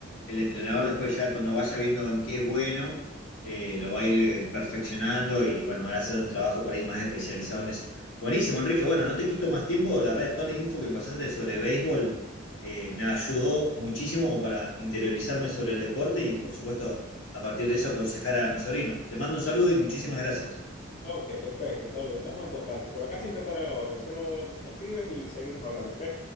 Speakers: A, on the left (about 80°); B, on the left (about 40°).
A: el entrenador después ya cuando vaya viendo en qué es bueno, eh, lo va a ir eh, perfeccionando y bueno, van a hacer un trabajo para ir más especializado en eso. Buenísimo, Enrique. Bueno, no te quito más tiempo. La verdad, toda la info que me pasaste sobre béisbol eh, me ayudó muchísimo para interiorizarme sobre el deporte y por supuesto a partir de eso aconsejar a mi sobrino. Te mando un saludo y muchísimas gracias.
B: Ok, perfecto. Saludos. Estamos en contacto. Por acá siempre estaré a la orden. Solo me escribes y seguimos hablando, ¿ok?